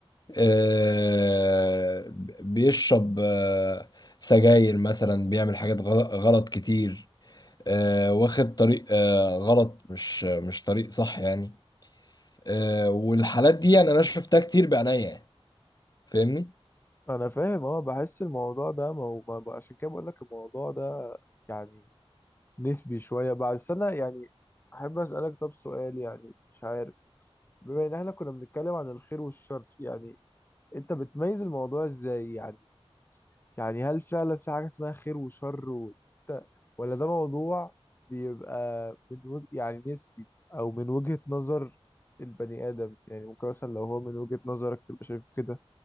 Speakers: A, on the left (about 40°); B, on the left (about 20°).
A: آه، بيشرب آه، سجاير مثلا بيعمل حاجات غل- غلط كتير آه، واخد طريق آه، غلط مش مش طريق صح يعني آه، والحالات دي يعني انا شفتها كتير بعينيا يعني. فاهمني
B: انا فاهم اه بحس الموضوع ده ما هو ما ما- عشان كده بقول لك الموضوع ده يعني نسبي شويه بعد سنه يعني احب اسالك طب سؤال يعني مش عارف بما ان احنا كنا بنتكلم عن الخير والشر يعني انت بتميز الموضوع ازاي يعني يعني هل فعلا في حاجه اسمها خير وشر وانت ولا ده موضوع بيبقى من وج... يعني نسبي او من وجهه نظر البني ادم يعني ممكن مثلا لو هو من وجهه نظرك تبقى شايف كده